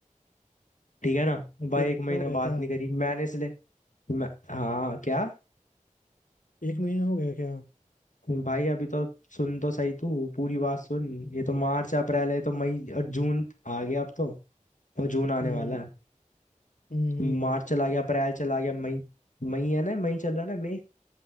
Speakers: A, on the left (about 65°); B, on the left (about 85°).
A: ठीक है ना भाई
B: एक
A: एक
B: महीना
A: महीना
B: हो गया
A: बात
B: क्या
A: नहीं करी मैंने इसलिए मैं, हाँ क्या
B: एक महीना हो गया क्या
A: भाई अभी तो सुन तो सही तू पूरी बात सुन ये तो मार्च अप्रैल है ये तो मई और जून आ गया अब तो वो जून आने
B: हम्म
A: वाला है
B: हम्म हम्म,
A: मार्च चला गया अप्रैल चला गया मई मई है ना मई चल रहा है ना मई